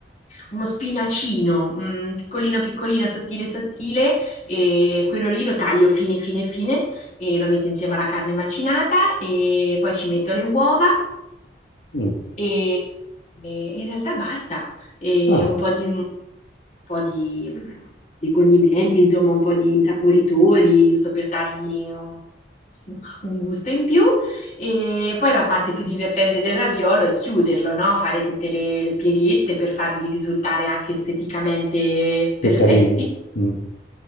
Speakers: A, on the left (about 45°); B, on the left (about 85°).
A: uno spinacino, mm, piccolino piccolino, sottile sottile, e quello lì lo taglio fine fine fine e lo metto insieme alla carne macinata e poi ci metto le uova
B: Mm.
A: e, e in realtà basta, e
B: Ah,
A: un po' di, un po' di, mm, di condimenti, insomma un po' di insaporitori, giusto per dargli un un gusto in più e poi la parte più divertente del raviolo è chiuderlo, no? Fare tutte le, le pieghette per farli risultare anche esteticamente
B: più
A: perfetti
B: carini. Mm.